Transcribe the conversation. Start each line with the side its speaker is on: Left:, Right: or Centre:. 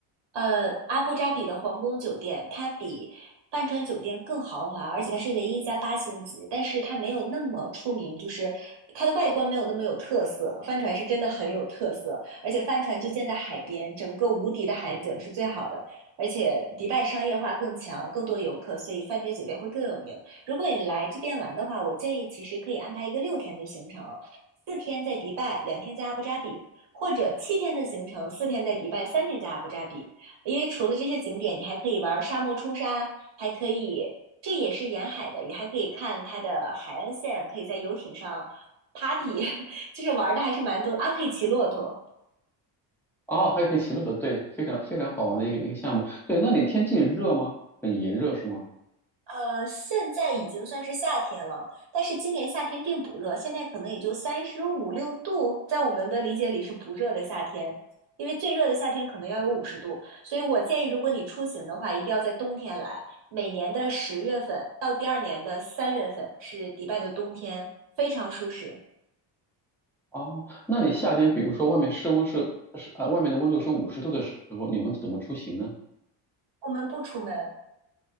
Right: 呃，阿布扎比的皇宫酒店，它比帆船酒店更豪华，而且它是唯一一家八星级，但是它没有那么出名，就是它的外观没有那么有特色。帆船是真的很有特色，而且帆船就建在海边，整个无敌的海景是最好的，而且迪拜商业化更强，更多游客，所以帆船酒店会更有名。如果你来这边玩的话，我建议其实可以安排一个六天的行程，四天在迪拜，两天在阿布扎比，或者七天的行程，四天在迪拜，三天在阿布扎比。因为除了这些景点，你还可以玩沙漠冲沙，还可以，这也是沿海的，也还可以看它的海岸线，可以在游艇上 party，<laughs> 就是玩的还是蛮多啊，可以骑骆驼，
Centre: 哦，还有可以骑骆驼，对，非常非常好玩的一个一个项目。对，那里天气热吗？很炎热是吗？
Right: 呃，现在已经算是夏天了，但是今年夏天并不热，现在可能也就三十五六度，在我们的理解里是不热的夏天，因为最热的夏天可能要有五十度，所以我建议，如果你出行的话，一定要在冬天来。每年的十月份到第二年的三月份是迪拜的冬天，非常舒适。
Centre: 哦，那你夏天，比如说外面室温是是呃，外面的温度是五十度的时候，你们怎么出行呢？
Right: 我们不出门，